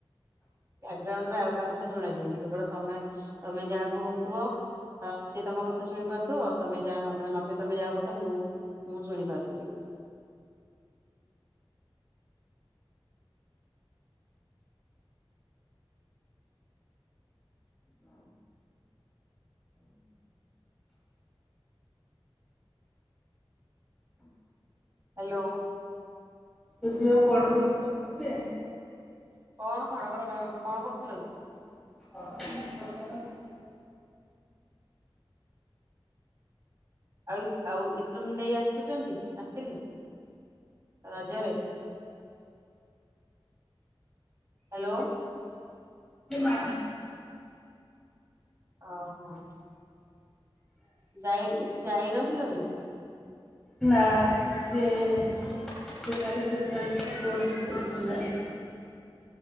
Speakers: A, on the right; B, in the centre.
A: ବ୍ୟାଗ୍ରାଉଣ୍ଡ ରେ ଆଉ କାହା କଥା ଶୁଣାଯିବନି କେବଳ ତମେ ତମେ ଯାହାକୁ କହୁଥିବ। ଆ ସେ ତମ କଥା ଶୁଣିପାରୁଥିବ ଆଉ ତମେ ଯା ମାନେ ମତେ ତମେ ଯାହା କହୁ ତ ମୁଁ ମୁଁ ଶୁଣିପାରୁଥିବି? ହ୍ୟାଲୋ।
B: ତୁ ଯୋଉ <unintelligible> ତୁ ନଥାଏ।
A: କଣ ଘଡ ଘଡ କଣ କଣ କରୁଥିଲ କି?
B: ହଁ <unintelligible>
A: ଆଉ ଆଉ ଇଥୁନ ଦେଇ ଆସୁଛନ୍ତି ଆସିଥିଲେ? ରଜରେ ହ୍ୟାଲୋ।
B: ବା
A: ଓ ହୋ। ଯାଇ ଯାଇନଥିଲ କି?
B: ନା ସିଏ <unintelligible> ସ୍କୁଲ୍ ଖୋଲିଲାଣି।